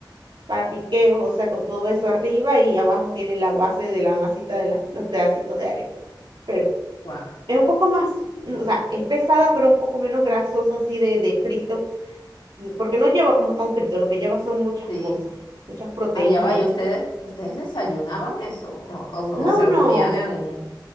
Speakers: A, on the right (about 80°); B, on the left (about 85°).
A: para piqueos, o sea, con todo eso arriba y abajo tiene la base de la masita de la- los pedacitos de arepa. Pero
B: Wow,
A: es un poco más, mm, o sea, es pesada, pero un poco menos grasosa así de, de frito, mm, porque no lleva como tal frito, lo que lleva son muchas
B: sí.
A: cosas, muchas proteínas.
B: Allá va, ¿y ustedes, ustedes desayunaban eso? ¿O, o- o
A: No,
B: se lo
A: no,
B: comían en...